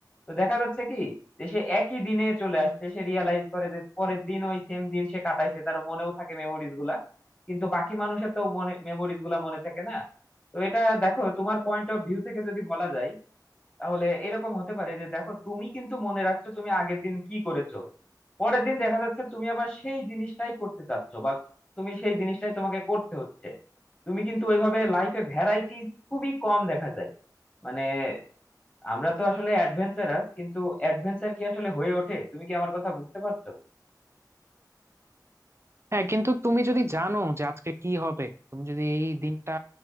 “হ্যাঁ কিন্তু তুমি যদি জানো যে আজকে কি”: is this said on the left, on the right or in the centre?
Right